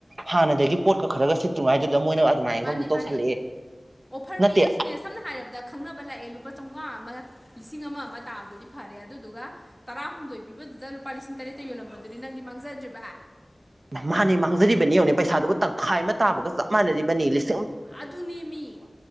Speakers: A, on the right; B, in the centre.
A: ꯍꯥꯟꯅꯗꯒꯤ ꯄꯣꯠꯀ ꯈꯔꯒ ꯁꯤꯠ ꯇꯨꯉꯥꯏꯗꯨ ꯑꯗꯨꯃꯥꯏꯟꯒ
B: ꯃꯥꯅꯦ
A: ꯑꯃꯨꯛ ꯇꯧꯁꯜꯂꯛꯑꯦ
B: ꯃꯥꯅꯦ ꯑꯣꯐꯔ
A: ꯅꯠꯇꯦ
B: ꯄꯤꯔꯁꯨꯅꯦ ꯁꯝꯅ ꯍꯥꯏꯔꯕꯗ ꯈꯪꯅꯕ ꯂꯥꯛꯑꯦ ꯂꯨꯄꯥ ꯆꯧꯉꯥ ꯑꯃ ꯂꯤꯁꯤꯡ ꯑꯃ ꯑꯃ ꯇꯥꯕꯗꯨꯗꯤ ꯐꯔꯦ ꯑꯗꯨꯗꯨꯒ ꯇꯔꯥꯍꯨꯝꯗꯣꯏ ꯄꯤꯕꯗꯨꯗ ꯂꯨꯄꯥ ꯂꯤꯁꯤꯡ ꯇꯔꯦꯠꯇ ꯌꯣꯜꯂꯝꯕꯗꯨꯗꯤ ꯅꯪꯗꯤ ꯃꯥꯡꯖꯗ꯭ꯔꯤꯕ
A: ꯃ ꯃꯥꯅꯦ ꯃꯥꯡꯖꯔꯤꯕꯅꯤ ꯌꯦꯡꯉꯨꯅꯦ ꯄꯩꯁꯥꯗꯨꯕꯨ ꯇꯪꯈꯥꯏ ꯑꯃ ꯇꯥꯕꯒ ꯆꯞ ꯃꯥꯟꯅꯔꯤꯕꯅꯦ ꯂꯤꯁ
B: ꯑꯗꯨꯅꯦ ꯃꯤ